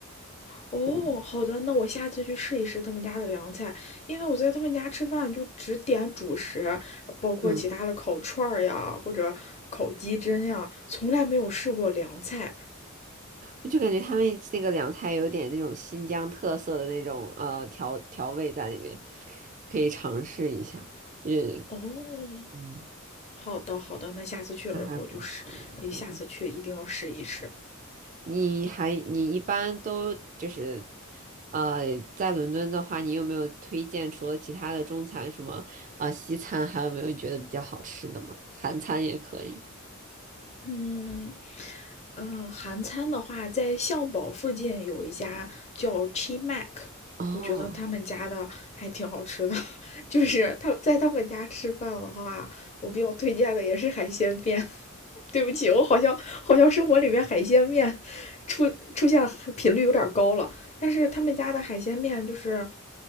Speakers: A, on the left; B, on the right.
A: 哦，
B: 嗯，
A: 好的，那我下次去试一试他们家的凉菜，因为我在他们家吃饭就只点主食，包括其他的烤串儿呀，
B: 嗯
A: 或者烤鸡胗呀，从来没有试过凉菜。
B: 我就感觉他们那个凉菜有点那种新疆特色的那种呃调调味在里面，可以尝试一下。我觉得
A: 哦，
B: 嗯，
A: 好的，好的，那下次去了我就试，
B: 那还不错。对，
A: 下次去一定要试一试。
B: 你还你一般都就是，呃，在伦敦的话，你有没有推荐除了其他的中餐什么啊、西餐，还有没有你觉得比较好吃的吗？韩餐也可以。
A: 嗯，呃，韩餐的话，在象堡附近有一家叫 Chi Mac，
B: 哦
A: 我觉得他们家的还挺好吃的。<laughs> 就是他在他们家吃饭的话，我比较推荐的也是海鲜面。<laughs> 对不起，我好像好像生活里面海鲜面出出现频率有点高了，但是他们家的海鲜面就是